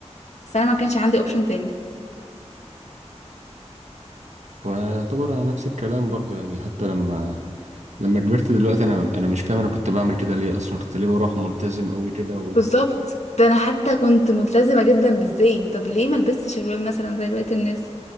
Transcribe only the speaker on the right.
ويعتبر أنا نفس الكلام برضو يعني حتى لما لما كبرت دلوقتي انا انا مش فاهم انا كنت بعمل كده ليه اصلا كنت ليه بروح ملتزم قوي كده و...